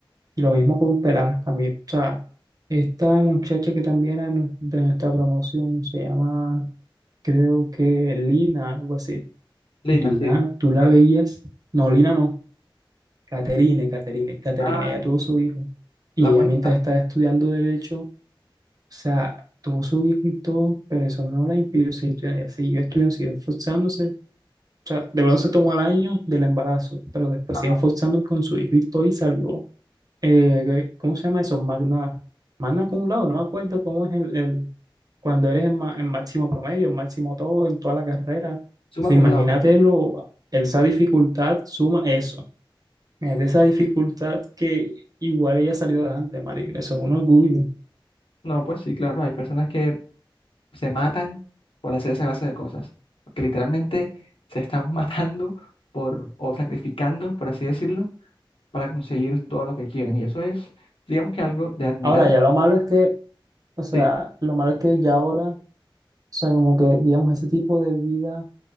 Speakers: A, on the right (about 45°); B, on the left (about 80°).
A: Y lo mismo con Pelá. A mí, o sea, esta muchacha que también era nu- de nuestra promoción se llama, creo que Lina, algo así.
B: Lina,
A: Lina,
B: sí.
A: tú la
B: fuerte.
A: veías. No, Lina no. Caterine, Caterine. Caterine
B: Ah,
A: ya tuvo su hijo. Y
B: la monita,
A: ella mientras estaba estudiando derecho O sea, tuvo su hijo y todo, pero eso no la impidió seguir estudiando. Ella siguió estudiando, siguió esforzándose. O sea, de pronto se tomó el año del embarazo, pero después
B: ajá,
A: siguió esforzándose con su hijo y todo y salió. eh, ¿cómo se llama eso? Magna, magna acumulado, no me acuerdo cómo es el, el- cuando eres el ma- el máximo promedio, el máximo todo, en toda la carrera.
B: suma
A: O
B: cum
A: imagínate
B: laude.
A: lo, esa dificultad suma eso. Es de esa dificultad que igual ella salió adelante, marica. Eso es un orgullo.
B: No, pues sí, claro, hay personas que se matan por hacer esa clase de cosas, que literalmente se están <laughs> matando por, o sacrificando, por así decirlo para conseguir todo lo que quieren. Y eso es, digamos que algo de admirar.
A: Ahora, ya lo malo es que O sea,
B: Sí,
A: lo malo es que ya ahora, o sea, como que, digamos, ese tipo de vida